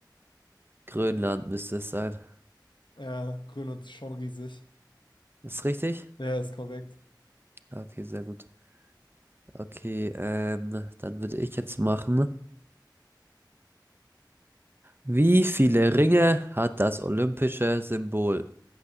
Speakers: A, on the right; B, on the left.
A: Grönland müsste es sein.
B: Ja, Grönland ist schon riesig.
A: Ist richtig?
B: Ja, ist korrekt.
A: Ah, Okay, sehr gut. Okay, ähm, dann würde ich jetzt machen. Wie viele Ringe hat das olympische Symbol?